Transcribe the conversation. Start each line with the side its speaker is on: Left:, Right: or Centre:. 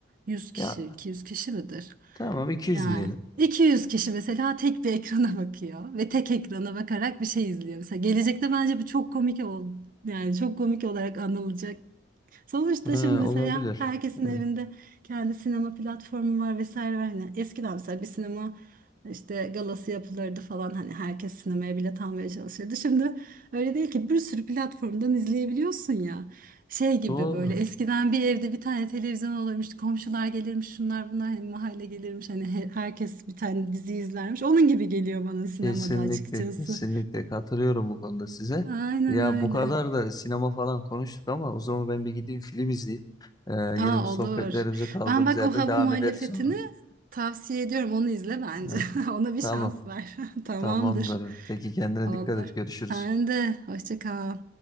Right: 100 kişi,
Left: Ya
Right: 200 kişi midir?
Left: tamam 200
Right: Yani
Left: diyelim.
Right: 200 kişi mesela tek bir ekrana <laughs> bakıyor ve tek ekrana bakarak bir şey izliyor. Mesela gelecekte bence bu çok komik ol yani çok komik olarak anılacak Sonuçta
Left: Ha,
Right: şimdi mesela
Left: olabilir.
Right: herkesin
Left: Evet.
Right: evinde kendi sinema platformu var vesaire var. Hani eskiden mesela bir sinema işte galası yapılırdı falan hani herkes sinemaya bilet almaya çalışırdı. Şimdi öyle değil ki bir sürü platformdan izleyebiliyorsun ya. Şey gibi
Left: Doğru.
Right: böyle eskiden bir evde bir tane televizyon olurmuş, komşular gelirmiş, şunlar bunlar hani mahalle gelirmiş. Hani he- herkes bir tane dizi izlermiş. Onun gibi geliyor bana sinemada
Left: Kesinlikle,
Right: açıkçası.
Left: kesinlikle katılıyorum bu konuda size.
Right: Aynen
Left: Ya bu
Right: öyle.
Left: kadar da sinema falan konuştuk ama o zaman ben bir gideyim film izleyeyim. Ee, yine
Right: Aa
Left: bu sohbetlerimize
Right: olur.
Left: kaldığımız
Right: Ben bak
Left: yerden
Right: o hava
Left: devam
Right: muhalefetini
Left: ederiz sonra.
Right: tavsiye ediyorum. Onu izle bence.
Left: Evet.
Right: <laughs> Ona bir
Left: Tamam,
Right: şans ver. <laughs> Tamamdır.
Left: tamamdır. Peki kendine
Right: Olur.
Left: dikkat et. Görüşürüz.
Right: Sen de. Hoşça kal.